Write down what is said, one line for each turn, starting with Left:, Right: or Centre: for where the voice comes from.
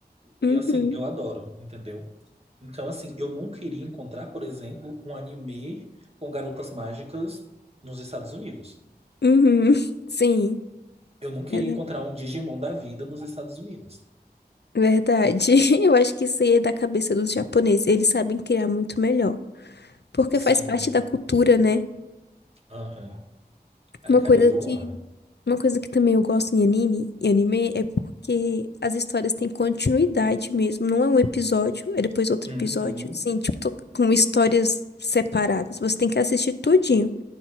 Left: Uhum,
Right: E assim, eu adoro, entendeu? Então, assim, eu não queria encontrar, por exemplo, um anime com garotas mágicas nos Estados Unidos.
Left: uhum, <laughs> sim.
Right: Eu não queria
Left: Verda-
Right: encontrar um Digimon da vida nos Estados Unidos.
Left: Verdade. <laughs> Eu acho que isso aí é da cabeça dos japoneses. Eles sabem criar muito melhor. Porque
Right: Sim.
Left: faz parte da cultura, né?
Right: Aham. Ai,
Left: Uma
Right: cara,
Left: coisa
Right: e eu
Left: que,
Right: amo.
Left: uma coisa que também eu gosto em anime, em anime é porque as histórias têm continuidade mesmo. Não é um episódio, é depois outro
Right: Uhum.
Left: episódio. Assim, tipo, tô com histórias separadas. Você tem que assistir tudinho.